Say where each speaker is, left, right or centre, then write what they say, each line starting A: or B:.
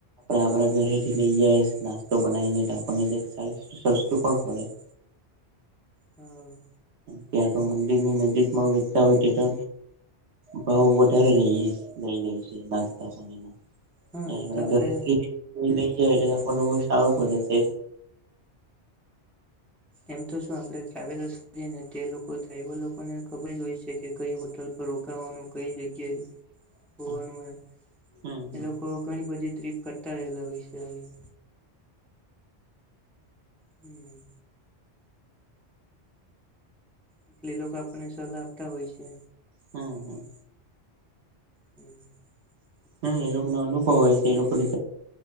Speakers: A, on the right (about 80°); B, in the centre.
A: આપણે આપણા ઘરેથી લઈએ નાસ્તો બનાવીને આપણને સસ્તું પણ પડે.
B: હા.
A: ત્યાં તો મંદિર ની નજીક માં વેચતા હોય તે તો. ભાવ વધારે લઈ લઈ લઈ છે નાસ્તા પાણીના.
B: હા
A: આપણે
B: એમ તો આપડે
A: ઘરેથી લઈ જઈએ સારું પડે છે.
B: એમ તો શું આપણે ટ્રાવેલર્સ કરીએ ને તે લોકો ડ્રાઈવર લોકો ને ખબર હોય છે. જે કે કઈ હોટલ પર રોકવાનું કઈ જગ્યાએ.
A: <unintelligible>
B: હોવાનું એમ
A: હમ હમ
B: એ લોકો ઘણી બધી ટ્રીપ કરતા રહેલા હોય છે આવી. હું. એટલે લોકો આપણને સલાહ આપતા હોય છે.
A: હમ હમ.
B: હમ! <unintelligible>
A: હા એ લોક નો અનુભવ હોય છે એ લોક <inaudible> ને